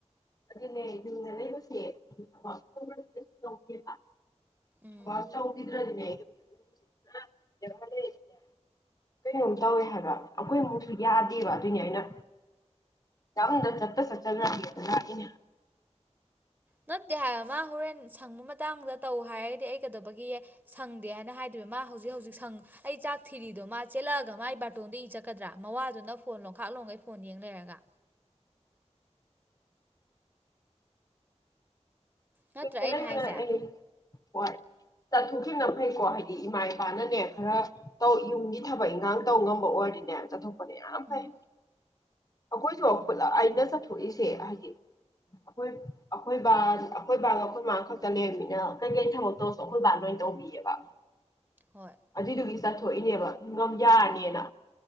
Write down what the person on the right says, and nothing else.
ꯎꯝ
ꯅꯠꯇ ꯆꯠꯇꯦ ꯍꯥꯏꯕ ꯑꯃ ꯍꯣꯔꯦꯟ ꯁꯪꯕ ꯃꯇꯥꯡꯗ ꯇꯧ ꯍꯥꯏꯔꯒꯗꯤ ꯑꯩ ꯀꯩꯗꯧꯕꯒꯤ ꯁꯪꯗꯦ ꯍꯥꯏꯅ ꯍꯥꯏꯗꯣꯏꯋ ꯃꯥ ꯍꯧꯖꯤꯛ ꯍꯧꯖꯤꯛ ꯁꯪ ꯑꯩ ꯆꯥꯛ ꯊꯤꯔꯤꯗꯣ ꯃꯥ ꯆꯦꯜꯂꯛꯑꯒ ꯃꯥꯥꯏ ꯕꯥꯔꯇꯣꯟꯗ ꯏ ꯆꯠꯀꯗ꯭ꯔꯥ ꯃꯋꯥꯗꯨꯅ ꯐꯣꯟ ꯂꯣꯡꯈꯥꯛ ꯂꯣꯡꯒꯩ ꯐꯣꯟ ꯌꯦꯡ ꯂꯩꯔꯒ ꯅꯠꯇ꯭ꯔꯥ
ꯑꯩꯅ
ꯍꯥꯏꯁꯦ
ꯎꯝ
ꯍꯣꯏ